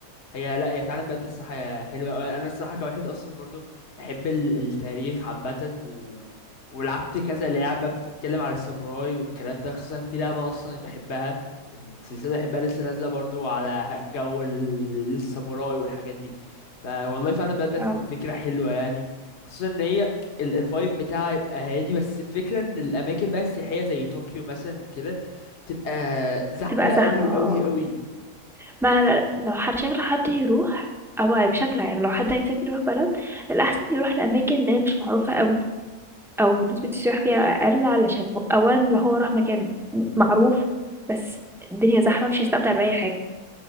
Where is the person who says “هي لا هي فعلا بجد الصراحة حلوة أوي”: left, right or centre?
Left